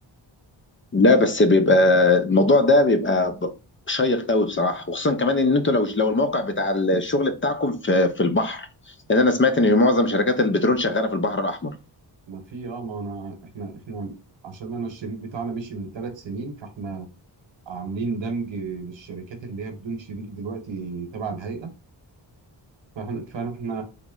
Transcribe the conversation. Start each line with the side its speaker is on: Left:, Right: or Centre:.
Left: لا بس بيبقى الموضوع ده بيبقى ب- شيق قوي بصراحه وخصوصا كمان ان انتوا لو لو الموقع بتاع الشغل بتاعكم في في البحر لان انا سمعت ان معظم شركات البترول شغاله في البحر الاحمر
Right: ما في اه ما انا احنا احنا عشان انا الشريك بتاعنا مشي من ثلاث سنين فاحنا عاملين دمج للشركات اللي هي بدون شريك دلوقتي تبع الهيئة فاحنا فاحنا إحنا